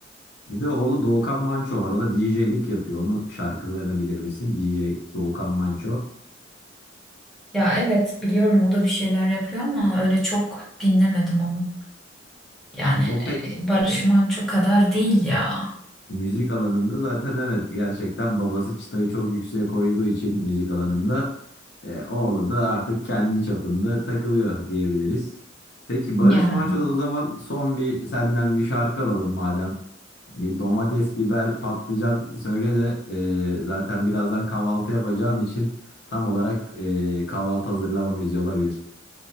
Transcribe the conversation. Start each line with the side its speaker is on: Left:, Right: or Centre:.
Left: Bir de oğlu Doğukan Manço var. O da DJ'lik yapıyor. Onun şarkılarını bilir misin? DJ Doğukan Manço.
Centre: Ya evet biliyorum o da bir şeyler yapıyor ama öyle çok dinlemedim onu. Yani
Left: O pek
Centre: e, Barış Manço kadar değil ya.
Left: Müzik alanında zaten evet gerçekten babası çıtayı çok yükseğe koyduğu için müzik alanında e, oğlu da artık kendi çapında takılıyor diyebiliriz. Peki Barış
Centre: Yani.
Left: Manço'dan o zaman son bir senden bir şarkı alalım madem. Bir domates, biber, patlıcan söyle de e, zaten birazdan kahvaltı yapacağım için tam olarak e, kahvaltı hazırlama müziği olabilir.